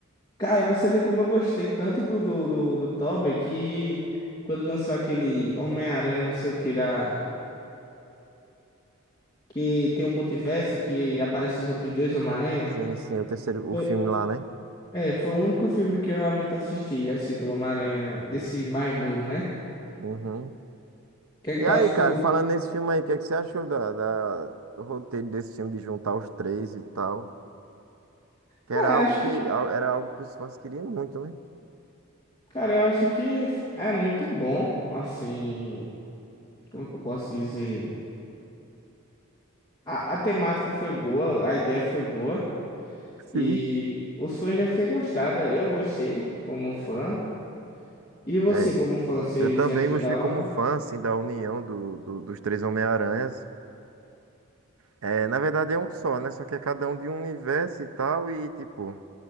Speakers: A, on the left; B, on the right.
A: Cara, você vê como eu gostei tanto do, do, do, do Tobey que quando lançou aquele Homem-Aranha, não sei o que, da, que tem um multiverso que aparece os outros dois Homem-Aranha.
B: Sim, sim, o terceiro,
A: Foi,
B: o filme lá, né?
A: é, foi o único filme que eu realmente assisti, assim, do Homem-Aranha, desse mais novo, né?
B: Uhum.
A: O que é que
B: E
A: tu
B: aí,
A: acha?
B: cara,
A: Tu...
B: falando nesse filme aí, o que é que você achou da, da- do roteiro desse filme, de juntar os três e tal? Que
A: Cara,
B: era algo
A: acho
B: que,
A: que,
B: al- era algo que os fãs queriam muito, né?
A: cara, eu acho que é muito bom, assim, como é que eu posso dizer? A, a temática foi boa, a ideia foi boa.
B: Sim.
A: E os fãs devem ter gostado. Eu gostei como fã. E você,
B: É,
A: como fã, você,
B: eu também
A: você achou
B: gostei
A: da
B: como
A: hora?
B: fã, assim, da união do, do- dos três Homem-Aranhas. É, na verdade é um só, né? Só que é cada um de um universo e tal, e tipo,